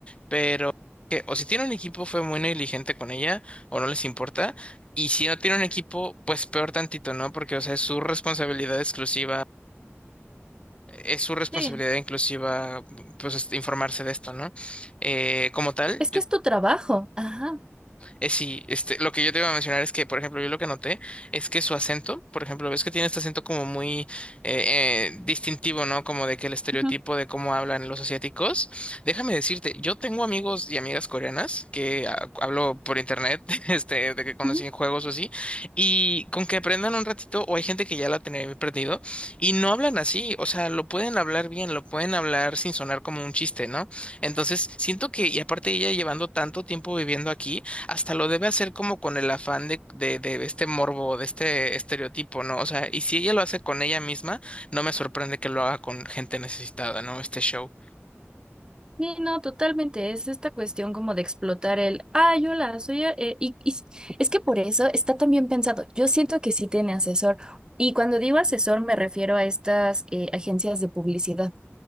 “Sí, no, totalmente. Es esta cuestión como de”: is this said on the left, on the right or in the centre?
Right